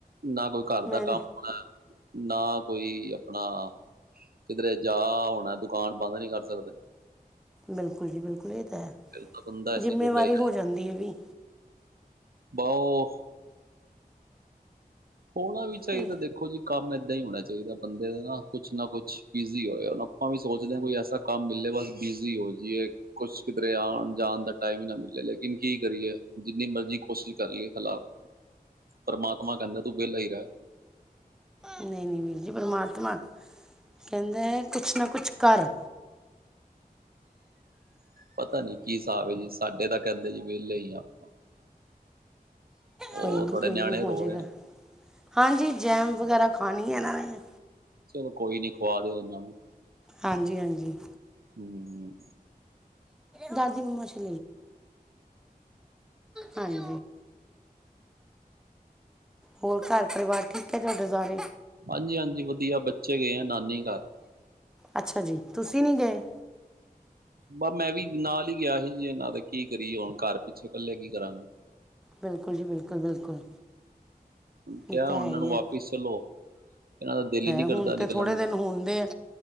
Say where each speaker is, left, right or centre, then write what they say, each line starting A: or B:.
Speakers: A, on the right (about 75°); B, in the centre.
A: ਨਾ ਕੋਈ ਘਰ
B: ਮੈਂ
A: ਦਾ ਕੰਮ ਹੋਣਾ। ਨਾ ਕੋਈ ਆਪਣਾ ਕਿਧਰੇ ਜਾ ਹੋਣਾ, ਦੁਕਾਨ ਬੰਦ ਨਹੀਂ ਕਰ ਸਕਦੇ।
B: ਬਿਲਕੁਲ ਜੀ, ਬਿਲਕੁਲ ਇਹ ਤਾਂ ਹੈ
A: ਫਿਰ ਤਾਂ ਬੰਦਾ ਐਸੀ
B: ਜਿੰਮੇਵਾਰੀ
A: ਜੋਗਾ ਹੀ
B: ਹੋ ਜਾਂਦੀ ਹੈ ਵੀ
A: ਬਹੁ ਹੋਣਾ ਵੀ ਚਾਹੀਦਾ
B: ਇਹ
A: ਦੇਖੋ ਜੀ ਕੰਮ ਏਦਾਂ ਹੀ ਹੋਣਾ ਚਾਹੀਦਾ ਬੰਦੇ ਦਾ ਨਾ ਕੁਛ ਨਾ ਕੁਛ ਬਿਜ਼ੀ ਹੋਏ ਆਪਾਂ ਵੀ ਸੋਚਦੇ ਹਾਂ ਕੋਈ ਐਸਾ ਕੰਮ ਮਿਲੇ ਬਸ ਬਿਜ਼ੀ ਹੋ ਜਾਈਏ, ਕੁਛ ਕਿਧਰੇ ਆਣ ਜਾਣ ਦਾ ਟਾਈਮ ਹੀ ਨਾ ਮਿਲੇ ਲੇਕਿਨ ਕੀ ਕਰੀਏ ਜਿੰਨੀ ਮਰਜ਼ੀ ਕੋਸ਼ਿਸ਼ ਕਰ ਲਈਏ ਕਲਾ ਪਰਮਾਤਮਾ ਕਹਿੰਦਾ ਤੂੰ ਵਿਹਲਾ ਹੀ ਰਹਿ।
B: ਨਹੀਂ- ਨਹੀਂ ਵੀਰ ਜੀ ਪਰਮਾਤਮਾ ਕਹਿੰਦਾ ਕੁਛ ਨਾ ਕੁਛ ਕਰ।
A: ਪਤਾ ਨੀ ਕੀ ਹਿਸਾਬ ਹੈ ਜੀ ਸਾਡੇ ਤਾਂ ਕਹਿੰਦੇ ਜੀ ਵਿਹਲੇ ਹੀ ਆ ਆਪਾਂ। ਉਹ
B: ਕੋਈ ਨੀ
A: ਤੁਹਾਡੇ
B: ਕੋਈ
A: ਨਿਆਣੇ
B: ਨੀ ਹੋਜੇਗਾ
A: ਰੋ ਰਹੇ ਆ
B: ਹਾਂਜੀ ਜੈਮ ਵਗੈਰਾ ਖਾਣੀ ਆ ਇਹਨਾਂ ਨੇ
A: ਚਲੋ ਕੋਈ ਨੀ ਖਵਾ ਦਿਓ ਇਹਨਾਂ ਨੂੰ
B: ਹਾਂਜੀ -ਹਾਂਜੀ।
A: ਹੂੰ।
B: ਦਾਦੀ ਉਮਰ <inaudible> ਹਾਂਜੀ, ਹੋਰ ਘਰ ਪਰਿਵਾਰ ਠੀਕ ਹੈ ਤੁਹਾਡੇ ਸਾਰੇ।
A: ਹਾਂਜੀ -ਹਾਂਜੀ, ਵਧੀਆ ਬੱਚੇ ਗਏ ਆ ਨਾਨੀ ਘਰ।
B: ਅੱਛਾ ਜੀ, ਤੁਸੀਂ ਨੀ ਗਏ।
A: ਬਸ ਮੈਂ ਵੀ ਨਾਲ ਹੀ ਗਿਆ ਸੀ ਜੇ ਇਹਨਾਂ ਤੇ ਕੀ ਕਰੀਏ, ਹੁਣ ਘਰ ਪਿੱਛੇ ਇਕੱਲੇ ਕੀ ਕਰਾਂਗੇ।
B: ਬਿਲਕੁਲ ਜੀ, ਬਿਲਕੁਲ- ਬਿਲਕੁਲ
A: ਕਿਹਾ
B: ਇਹ ਤਾਂ
A: ਉਹਨਾਂ
B: ਹੈ ਹੀ
A: ਨੂੰ
B: ਹੈ
A: ਵਾਪਿਸ ਚਲੋ ਇਹਨਾਂ ਦਾ ਦਿਲ ਹੀ ਨਹੀਂ
B: ਹੁਣ
A: ਕਰਦਾ
B: ਤੇ
A: ਨਿਕਲਣ
B: ਥੋੜੇ ਦਿਨ
A: ਦਾ
B: ਹੁੰਦੇ ਆ,